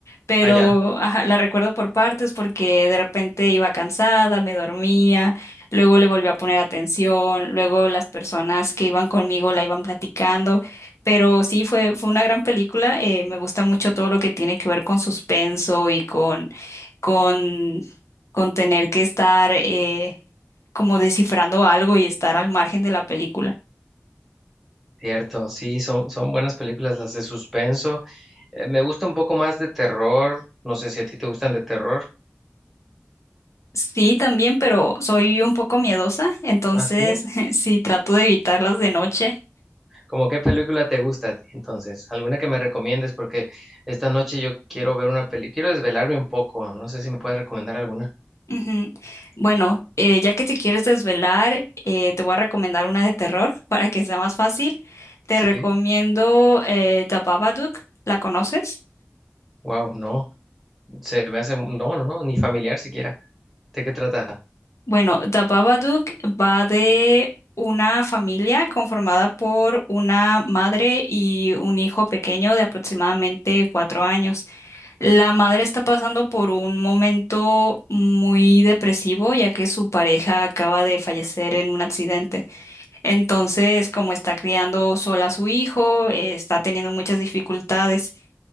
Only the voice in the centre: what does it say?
Allá.
Cierto, sí, son, son buenas películas las de suspenso. Eh, me gusta un poco más de terror. No sé si a ti te gustan de terror.
Ah, sí.
¿Cómo qué película te gusta a ti, entonces? ¿Alguna que me recomiendes? Porque esta noche yo quiero ver una película, quiero desvelarme un poco. No sé si me puedes recomendar alguna.
Sí.
Wow, no. Se me hace, no, no, no, ni familiar siquiera. ¿De qué trata?